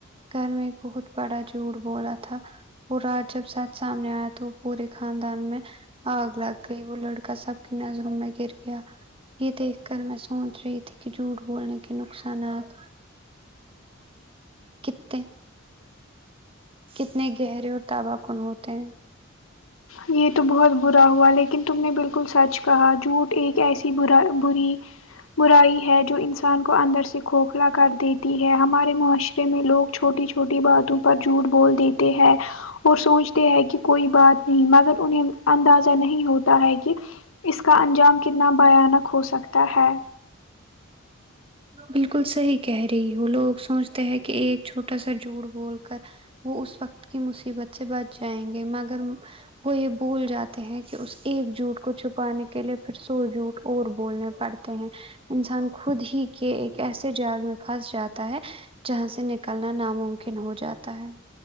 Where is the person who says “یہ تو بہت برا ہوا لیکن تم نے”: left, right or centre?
Left